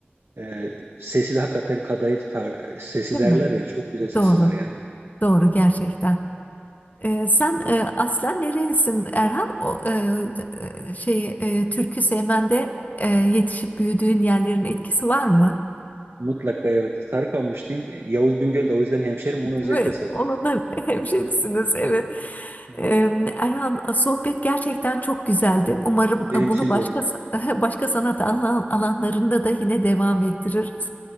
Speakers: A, on the right; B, on the left.
A: Ee, sesi de hakikaten kadayıf tar- sesi
B: Değil
A: derler
B: mi?
A: ya çok güzel sesi
B: Doğru.
A: var yani.
B: Doğru gerçekten. E, sen e, aslen nerelisin Erhan? O e, e, şey e, türkü sevmende e, yetişip büyüdüğün yerlerin etkisi var mı?
A: Mutlaka evet. Sarıkamış diyeyim. Yavuz Bingöl de o yüzden hemşerim onu
B: Ve
A: özellikle sordum.
B: onun hem- <laughs> hemşerisiniz evet.
A: Hı.
B: Eee, Erhan sohbet gerçekten çok güzeldi. Umarım
A: Benim
B: e, bunu
A: için
B: başka
A: de öyle.
B: <laughs> başka sanat alan- alanlarında da yine devam ettiririz.